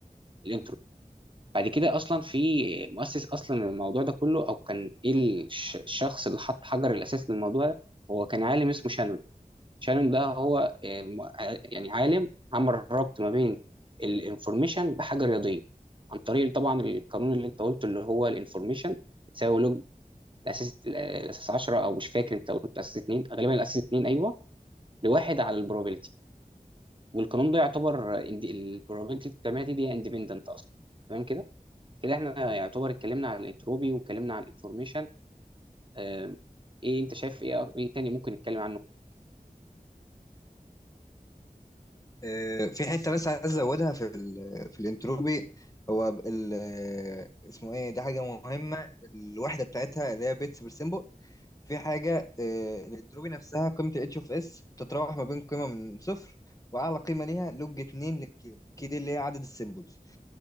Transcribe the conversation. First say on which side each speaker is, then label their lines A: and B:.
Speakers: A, on the right (about 35°); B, on the left (about 25°).
A: الانتروبي بعد كده اصلا في مؤسس اصلا الموضوع ده كله او كان ايه الش- الشخص اللي حط حجر الاساس للموضوع ده هو كان عالم اسمه شانون شانون ده هو آه، م- ع- يعني عالم عمل ربط ما بين الانفورميشن بحاجه رياضيه عن طريق طبعا القانون اللي انت قلته اللي هو الانفورميشن تساوي لوج الاساس الاساس 10 او مش فاكر انت قلت الاساس 2 غالبا الاساس 2 ايوه لواحد على البروبابيلتي والقانون ده يعتبر البروبابيلتي اللي بتعملها دي دي اندبندنت اصلا تمام كده كده احنا يعتبر اتكلمنا على الانتروبي واتكلمنا على الانفورميشن آم، ايه انت شايف ايه أك- ايه تاني ممكن نتكلم عنه
B: آه، في حتة بس عايز أزودها في ال في الانتروبي هو ب- ال آه، اسمه إيه دي حاجة مهمة الوحدة بتاعتها اللي هي بيتس بير سيمبل في حاجة آه، الانتروبي نفسها قيمة ال H of S بتتراوح ما بين قيمة من صفر وأعلى قيمة ليها لوج 2 للكي كي دي اللي هي عدد السيمبلز